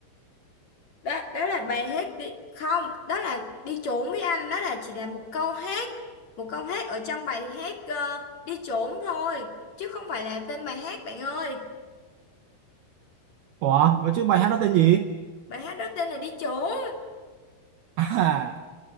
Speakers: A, on the left; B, on the right.
A: đó đó là bài hát đi không, đó là đi trốn với anh, đó là chỉ là một câu hát, một câu hát ở trong bài hát ờ, đi trốn thôi, chứ không phải là tên bài hát bạn ơi.
B: Ủa, mà chứ bài hát đó tên gì?
A: Bài hát đó tên là đi trốn.
B: À,